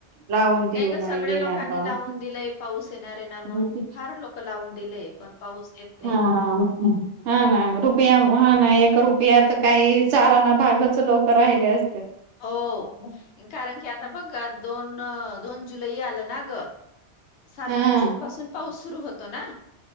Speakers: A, on the right; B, on the left.
A: लावून देऊ
B: नाही ग
A: म्हणे
B: सगळ्या
A: येणार
B: लोकांनी
A: पाऊस
B: लावून दिलंय पाऊस येणार येणार म्हणून
A: हम्म
B: फार लोक लावून दिलेय पण पाऊस येत नाही.
A: हा हा
B: हम्म.
A: हा रुपया ह ना एक रुपयात काही चारांना भागच लोक राहिले अस
B: हो कारण की आता बघ दोन दोन जुलै आलं ना ग सात
A: हा
B: जून पासून पाऊस सुरू होतो ना.